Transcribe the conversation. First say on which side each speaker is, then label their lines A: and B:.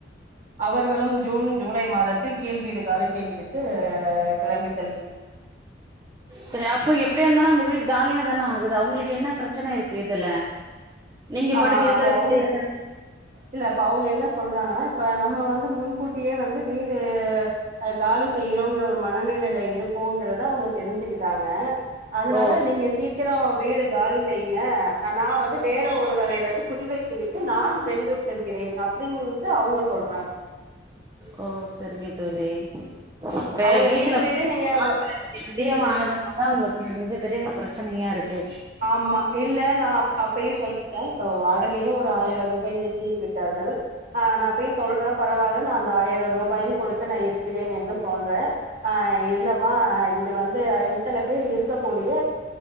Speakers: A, on the right (about 40°); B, on the right (about 20°).
A: அவர்களும் ஜூன் ஜூலை மாதத் கீழ் வீடு காலி செய்துவிட்டு கிளம்பிட்
B: சரி அப்போ எப்பிடியா இருந்தாலும் அந்த வீடு காலியா தான ஆகுது அவுங்களுக்கு என்ன ப்ரச்சன இருக்கு இதுல நீங்க
A: அ
B: பாட்டுக்கு இருக்கிற
A: அப்போ
B: வீட்லயே
A: அவ்ங்க
B: இருக்க
A: இல்ல இப்ப அவ்ங்க என்ன சொல்றாங்கன்னா இப்ப நம்ம வந்து முன்கூட்டியே வந்து வீடு காலி செய்றோங்கிற ஒரு மனநிலையில இருப்போங்குறத அவுங்க தெரிஞ்சுக்கிட்டாங்க அதனால
B: ஓ சரி
A: நீங்க சீக்கிரோ வீடு காலி செய்யுங்க ஆனா வந்து வேற் ற ஒருவரை வந்து குடிவைத்து விட்டு நான் வெளியூர் செல்கிறேன் அப்டின்ட்டு அவ்ங்க சொல்றாங்க
B: ஓ சரிங்க தோழி ப்ப
A: அவுங்க
B: வீட்ல
A: கீழ் வீடு நீங்க
B: <unintelligible> ஆட்கள் அதிகம்
A: கீழ்
B: ஆனதுனால தா உங்களுக்கு மிகப்பெரிய பிரச்சனையா இருக்கு
A: ஆம்மா இல்ல நா அப் ப்பயு சொல்லிட்ட இப்ப வாடகையு ஒரு ஆயிர ரூபாய் ஏத்தி விட்டார்கள் அ நா போய் சொல்ற பரவால்ல நா அந்த ஆயிர ரூபாயு குடுத்து நா இருக்கிறேன் என்று சொல்றே அ இல்லமா இது வந்து இத்தன பேர் இருக்கக்கூடிய